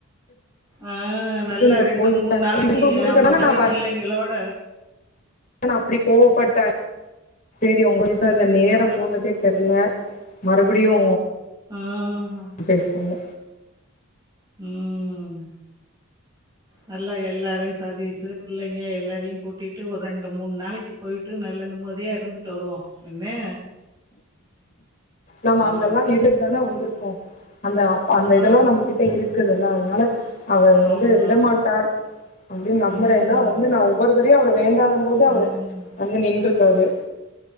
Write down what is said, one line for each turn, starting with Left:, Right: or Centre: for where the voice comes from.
Right: ஆ
Left: திருச்செந்தூர்
Right: நல்லா ரெண்டு
Left: போய்
Right: மூண்
Left: திருச்செந்தூர்
Right: நாளக்கி
Left: முருகன்
Right: ஆமா
Left: தான
Right: போய்
Left: நா
Right: புள்ளைங்களோட
Left: நா அப்டி கோவப்பட்டே சேரி ஒங்களுடைசால நேரம்
Right: ஆ,
Left: போனதே தெர்ல மறுபடியு
Right: ஆ ஹ
Left: பேசுங்க
Right: ம் நல்லா எல்லாரையு சதீஷு பிள்ளைங்க எல்லாரையு கூட்டிட்டு ஒரு ரெண்டு மூண் நாளைக்கி போய்ட்டு நல்ல நிம்மதியா இருந்துட்டு வருவோ என்ன
Left: நம்ம
Right: ஆ,
Left: அங்கல்லா இருந்து தான வந்துருக்கோ அந்த அந்த இதல்லா
Right: ஆ,
Left: நம்ம கிட்ட இருக்குதுல்ல அதுனால அவர் வந்து
Right: ஆமா.
Left: விடமாட்டார் அப்டின் நம்புறே
Right: ம்,
Left: ஏனா வந்து நா ஒவ்வொருத்தரயு தரையு அவர வேண்டாதபோது
Right: ம்,
Left: வந்து நின்றுக்காரு